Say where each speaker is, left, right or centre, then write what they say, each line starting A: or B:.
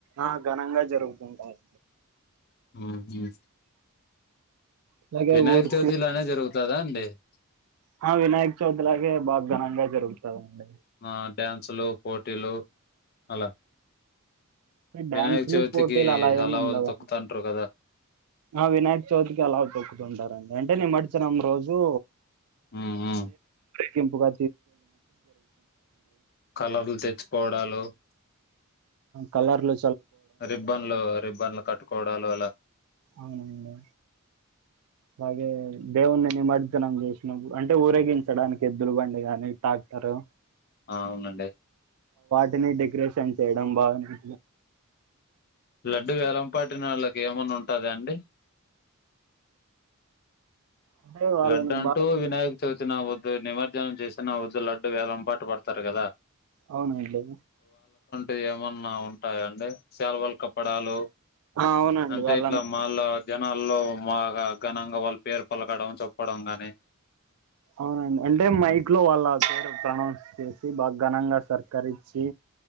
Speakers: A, on the right (about 80°); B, on the left (about 45°).
A: ఆ ఘనంగా జరుగుతుంటాయ్
B: మ్మ్ మ్మ్
A: అలాగే
B: వినాయకి
A: ఊరి
B: చవితి లానే జరుగుతాదా అండి అ
A: హ వినాయక్ చవితి లాగే బా ఘనంగా జరుగుతాదండే
B: ఆ డ్యాన్సులు పోటీలు అలా
A: డ్యాన్సులు
B: వినాయక చవితికి
A: పోటీలు అలా
B: హలావలు
A: ఏమి ఉండవండి
B: తొక్కుతంటారు కదా
A: ఆ వినాయకచవితికి అలా తొక్కుతుంటారండి అంటే నిమర్జనం రోజు
B: హ్మ్. హ్మ్.
A: సింపుగా
B: కలర్లు తెచ్చుకోవడాలు చ
A: కలర్ లో
B: రిబ్బన్లు రిబ్బన్లు కట్టు కోడలు అలా
A: అవునండి అలాగే దేవుణ్ణి నిమజ్జనం చేసిన అంటే ఊరేగించడానికి ఎద్దులు బండి కాని టాక్టరు
B: ఆ అవునండి
A: తానే డెకరేషన్ చేయడం బాగునే
B: లడ్డు వేలం పట్టిన వాళ్ళకి ఏమన్నా ఉంటుందండి
A: అంటే వాళ్ళని
B: లడ్డ అంటూ
A: బాగా
B: వినాయక చవితిన వద్దు నిమజ్జనం చేసి వద్దు లడ్డు వేలం పాటు పడతారు కదా
A: అవును ఇడిది
B: ఇ ఏమన్నా ఉంటాయండి సెల్వల్ కప్పడాలు
A: ఆ అవునండి
B: అంటే
A: వాళ్ళని
B: ఇట్లా మాలో జనాల్లో బగా ఘనంగా వాళ్ళ పేరు పలకడం పడంగానే
A: అవునండి అంటే మైక్ లో వాళ్ళ పేరు ప్రనౌన్స్ చేస్తే బాగా ఘనంగా సత్కరి ఇచ్చి